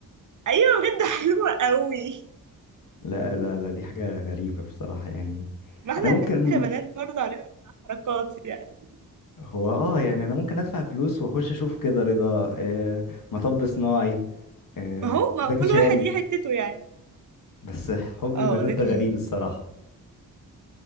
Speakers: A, on the right; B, on the left.
A: ايوه بجد حلوه قوي
B: لا لا لا دي حاجة غريبة بصراحة يعني
A: ما احنا
B: انا ممكن
A: كبنات برضه علينا حركات يعني
B: هو اه يعني انا ممكن ادفع فلوس واخش اشوف كده رضا آه... مطب صناعي آه...
A: ما هو ما
B: زكي
A: هو كل
B: شان
A: واحد ليه حتته يعني
B: بس حب
A: اه
B: البنات
A: زكي
B: ده غريب
A: شان
B: الصراحة